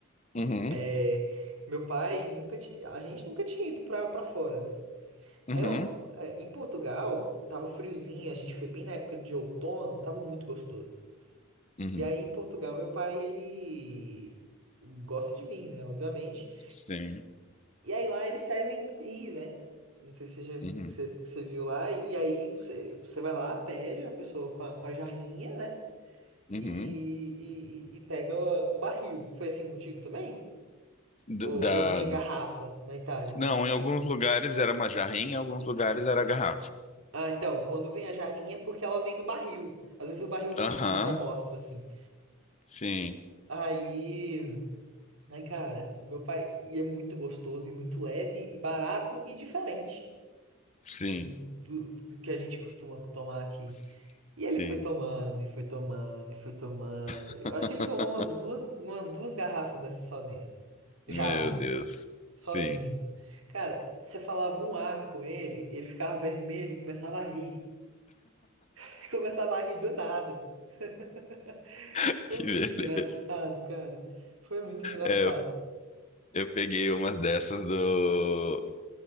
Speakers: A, on the left; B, on the right.
A: uhum,
B: É, Meu pai nunca tinha, a gente nunca tinha ido pra, pra fora, né?
A: uhum,
B: Aí lá f- eh, em Portugal, tava friozinho, a gente foi bem na época de outono, tava muito gostoso.
A: uhum,
B: E aí em Portugal, meu pai, ele gosta de vinho, né? Obviamente.
A: sim,
B: E aí lá eles servem barris, né? Não sei se você, já-
A: uhum,
B: que você, você viu lá. E aí você, você vai lá, pede a pessoa com a, com a jarrinha, né?
A: uhum.
B: e, e, e- pega o, o barril. Foi assim contigo também? Ou,
A: D- Da,
B: ou vinha garrafa na Itália?
A: não, em alguns lugares era uma jarrinha, em alguns lugares era garrafa.
B: Ah, então, quando vem a jarrinha é porque ela vem do barril. Às vezes o barril não
A: Aham,
B: fica muito à mostra, assim.
A: sim,
B: Aí, aí, cara, meu pai, e é muito gostoso e muito leve e barato e diferente
A: sim,
B: do, do que a gente costuma tomar aqui.
A: sim.
B: E ele foi tomando, e foi tomando, e foi tomando.
A: <laughs>
B: Eu acho que ele tomou umas duas, umas duas garrafas dessa sozinha. Jarra.
A: Meu Deus,
B: sozinho.
A: sim.
B: Cara, você falava um ar com ele, ele ficava vermelho e começava a rir. <laughs> Começava a rir do nada. <laughs>
A: <laughs>
B: Foi
A: Que
B: muito
A: beleza.
B: engraçado, cara. Foi muito engraçado.
A: É, eu, eu peguei umas dessas do